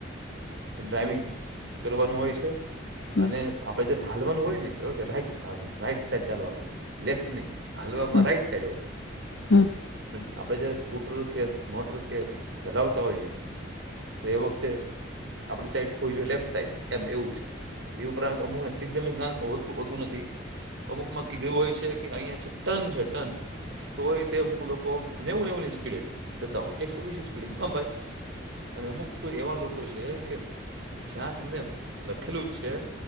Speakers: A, on the right (about 75°); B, on the left (about 75°).
A: ડ્રાઈવિંગ કરવાનું હોય છે.
B: હમ
A: અને આપડે જયારે હાલવાનું હોય ને એવુ કે રાઈટ <unintelligible> રાઈટ સાઈડ ચાલવાનું, લેફ્ટ નઈ. હાલવામાં
B: હમ
A: રાઈટ સાઈડ હોય.
B: હમ
A: આપળે જ્યારે સ્કૂટર કે મોટર કે હલાવતા હોઈએ, તો એ વખતે આપણી સાઈડ્સ હોવી જોઈએ લેફ્ટ સાઈડ, એમ એવું છે, એ ઉપરાંત અમુકને સિગ્નલનું જ્ઞાન પ હોતું હોતું નથી. અમુકમાં કીધું હોય છે કે, અઈયા છે ટન છે, ટન, તોય તે અમુક લો કો નેવું નેવું ની સ્પીડે જતા હોય, એકસો વિસની સ્પીડે હૂં કામ ભાઈ? અને અમુક તો એવા લોકો છે કે, જ્યાં તમને લખેલું છે